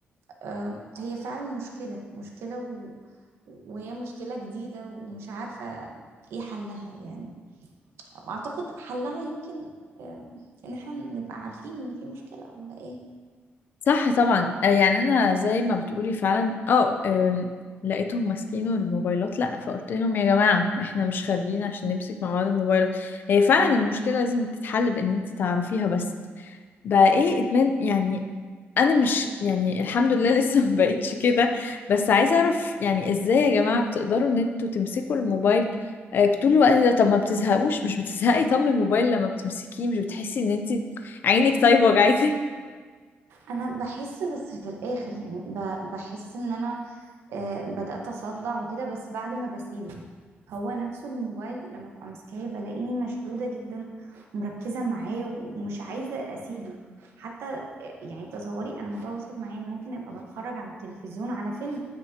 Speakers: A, on the right; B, on the left.
A: آه، هي فعلا مشكله مشكله و... وهي مشكله جديده ومش عارفه ايه حلها يعني اعتقد حلها يمكن آه، ان احنا نبقى عارفين ان في مشكلة ولا ايه
B: صح طبعا آه، يعني انا زي ما بتقولي فعلا اه آم، لقيتهم ماسكينه الموبايلات لا فقلت لهم يا جماعه احنا مش خارجين عشان نمسك مع بعض الموبايلات هي فعلا المشكله لازم تتحل بان انت تعرفيها بس بقى ايه ادمان يعني انا مش يعني الحمد لله <laughs> لسه ما بقتش كده بس عايزه اعرف يعني ازاي يا جماعه بتقدروا ان انتوا تمسكوا الموبايل آه، طول الوقت ده طب ما بتزهقوش مش بتزهقي طب من الموبايل لما بتمسكيه مش بتحسي ان انت عينك طيب وجعتك
A: انا بحس بس في الاخر يعني ب- بحس ان انا آه، بدأت أصدع وكده بس بعد ما بسيبه هو نفسه الموبايل لما ببقى ماسكاه بلاقيني مشدودة جدا ومركزة معاه ومش عايزة أسيبه حتى آه، يعني تصوري أنا الموضوع وصل معايا إن ممكن أبقى بتفرج على التلفزيون على فيلم